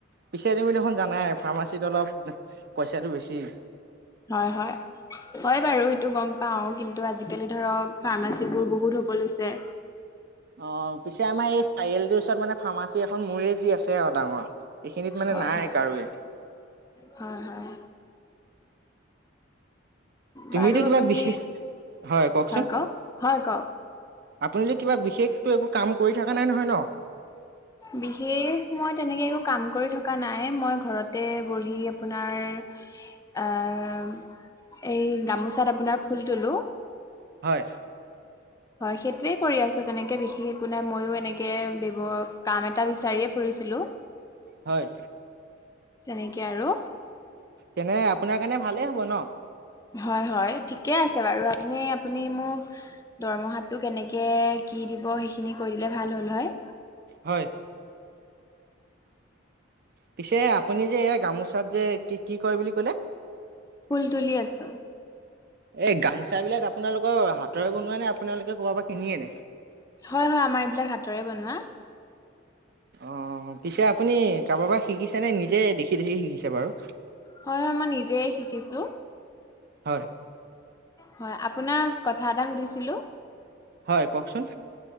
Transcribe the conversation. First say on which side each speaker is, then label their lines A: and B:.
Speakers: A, on the right; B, on the left.
A: পিচে তুমি দেখোন জানাই ফাৰ্মাচীত অলপ পইচাটো বেছি
B: হয়, হয়হয় বাৰু সেইটো গম পাওঁ। কিন্তু, আজিকালি ধৰক ফাৰ্মাচী বোৰ বহুত হ'ব লৈছে।
A: অ' পিছে আমাৰ এই চাৰিআলীটোৰ ওচৰত মানে ফাৰ্মাচী এখন মোৰে যি আছে আও ডাঙৰ, এইখিনিত মানে
B: হয়
A: নাই
B: হয়
A: কাৰোয়ে।
B: হয় হয়।
A: তুমিতো
B: বাৰু
A: কিবা
B: আপুনি
A: বিশেষ, হয় কওঁকচোন।
B: কওক হয় কওক
A: আপুনিটো কিবা বিশেষটো একো কাম কৰি থকা নাই নহয় ন'?
B: বিশেষ মই তেনেকে একো কাম কৰি থকা নাই, মই ঘৰতে বহি আপোনাৰ অ' এই গামোচাত আপোনাৰ ফুল তুলো।
A: হয়।
B: হয়, সেইটোয়ে কৰি আছো তেনেকে বিশেষ একো নাই ময়ো এনেকে ব্যৱ কাম এটা বিচাৰিয়ে ফুৰি ছিলো।
A: হয়।
B: তেনেকে আৰু।
A: তেনে আপোনাৰ কাৰণে ভালেই হব ন'?
B: হয় হয়, ঠিকে আছে বাৰু! এনে আ আপুনি মোক দৰমহাটো কেনেকে কি দিব? সেইখিনি কৈ দিলে ভাল হ'ল হয়।
A: হয় পিছে আপুনি যে এই গামোচাত যে, কি কি কয় বুলি কলে?
B: ফুল তুলি আছোঁ।
A: এই গামোচাবিলাক আপোনালোকৰ হাতৰে বনোৱা নে, আপোনালোকে কৰবা পৰা কিনি আনে?
B: হয় হয়, আমাৰ এইবিলাক হাতেৰে বনোৱা।
A: অ' পিছে আপুনি কাৰোবা পৰা শিকিছে নে নিজে দেখি দেখি শিকিছে বাৰু?
B: হয় হয় মই নিজে শিকিছো
A: হয়।
B: হয়, আপোনাক কথা এটা সুধিছিলো।
A: হয়, কওঁকচোন।